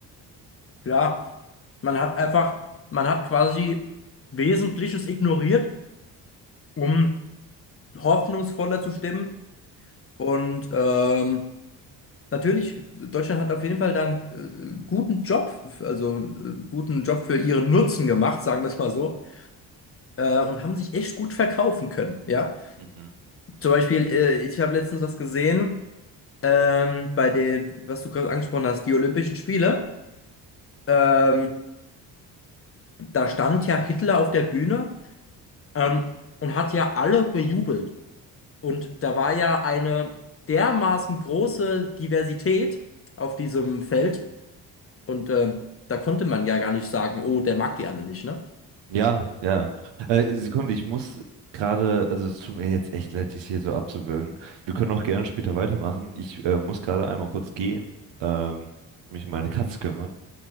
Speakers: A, on the left (about 30°); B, on the right (about 70°).
A: klar. Man hat einfach, man hat quasi Wesentliches ignoriert, um hoffnungsvoller zu stimmen. Und ähm, natürlich, Deutschland hat auf jeden Fall dann äh, guten Job, also äh, guten Job für ihren Nutzen gemacht, sagen wir es mal so, äh, und haben sich echt gut verkaufen können. Ja.
B: Mhm.
A: Zum Beispiel, äh, ich habe letztens was gesehen, ähm, bei den, was du gerade angesprochen hast, die Olympischen Spiele. Ähm, da stand ja Hitler auf der Bühne, ähm, und hat ja alle bejubelt. Und da war ja eine dermaßen große Diversität auf diesem Feld. Und ähm, da konnte man ja gar nicht sagen, oh, der mag die alle nicht, ne?
B: Ja, ja. Äh, Sekunde, ich muss gerade, also es tut mir jetzt echt leid, dich hier so abzuwürgen. Wir können auch gerne später weitermachen. Ich äh, muss gerade einmal kurz gehen, ähm, mich um meine Katze kümmern.